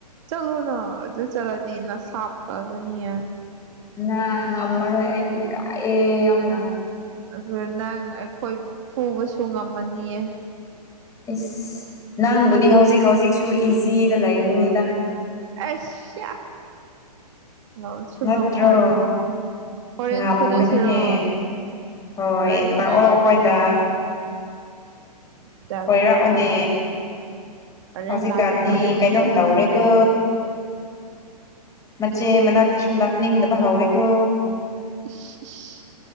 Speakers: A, on the right; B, on the left.
A: ꯆꯠꯂꯣꯅꯥ ꯑꯗꯨ ꯆꯠꯂꯗꯤ ꯅꯁꯥ ꯐꯒꯅꯤꯌꯦ
B: ꯅꯥ ꯉꯝꯃꯔꯣꯏ ꯑꯩꯗꯤ ꯏꯀꯥꯏꯌꯦ ꯌꯥꯝꯅ
A: ꯑꯗꯨꯒ ꯅꯪ ꯑꯩꯈꯣꯏꯕꯨ ꯐꯨꯕꯁꯨ ꯉꯝꯃꯅꯤꯌꯦ
B: ꯏꯁ ꯅꯪꯕꯨꯗꯤ ꯍꯧꯖꯤꯛ ꯍꯧꯖꯤꯛꯁꯨ ꯏꯖꯤꯗ ꯂꯩꯔꯤꯅꯤꯗ
A: ꯑꯁ ꯁꯤꯌꯥ ꯉꯝꯁꯨ
B: ꯅꯠꯇ꯭ꯔꯣ
A: ꯉꯝꯃꯣꯏ ꯍꯣꯔꯦꯟ
B: ꯉꯝꯒꯅꯤꯍꯦ
A: ꯐꯨꯅꯁꯤꯔꯣ
B: ꯍꯣꯏ
A: ꯍꯣꯔꯦꯟ ꯐꯨꯅꯁꯦ
B: ꯂꯥꯛꯑꯣ ꯑꯩꯈꯣꯏꯗ
A: ꯇꯜꯂꯦ
B: ꯀꯣꯏꯔꯛꯑꯣꯅꯦ
A: ꯍꯣꯔꯦꯟ
B: ꯍꯧꯖꯤꯛꯀꯥꯟꯗꯤ
A: ꯂꯥꯛꯀꯦ ꯍꯣꯔꯦꯟ
B: ꯀꯩꯅꯣꯝ
A: ꯍꯣꯔꯦꯟ
B: ꯇꯧꯔꯦ ꯀ ꯃꯆꯦ
A: ꯏꯁ
B: ꯃꯅꯥꯛꯇꯁꯨ ꯂꯥꯛꯅꯤꯡꯗꯕ ꯍꯧꯔꯦ ꯀ
A: ꯏꯁ ꯏꯁ